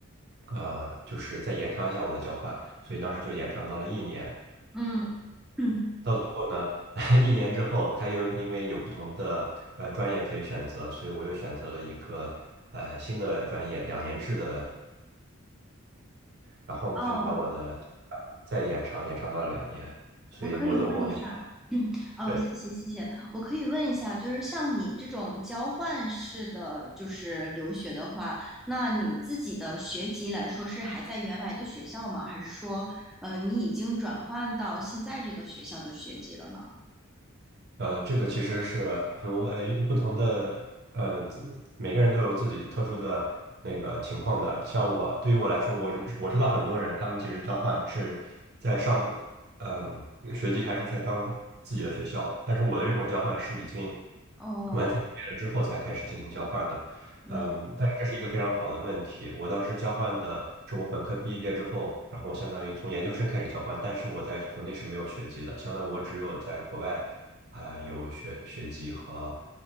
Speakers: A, on the right; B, in the centre.
A: 呃就是再延长一下我的交换，所以当时就延长到了一年。
B: 嗯嗯，
A: 到最后呢，<laughs> 一年之后，他又因为有不同的呃专业可以选择，所以我又选择了一个呃新的专业，两年制的。然后呢他们把我的
B: 哦，
A: 再延长，延长到了两年，所以我总共就想
B: 我可以问一下，<clears throat> 嗯，哦，
A: 对。
B: 谢谢谢谢，我可以问一下，就是像你这种交换式的就是留学的话，那你自己的学籍来说是还在原来的学校吗？还是说，呃，你已经转换到现在这个学校的学籍了呢？
A: 呃，这个其实是嗯我不同的，呃，每个人都有自己特殊的那个情况的。像我，对于我来说，我知我知道很多人，他们其实交换是在上，嗯、学籍还是在当自己的学校，但是我的这种交换是已经
B: 哦，
A: 完全嗯毕业了之后才开始进行交换的。
B: 嗯。
A: 嗯，但是这是一个非常好的问题。我当时交换的是我本科毕业之后，然后我相当于从研究生开始交换，但是我在国内是没有学籍的，相当于我只有在国外。啊、有学学籍和，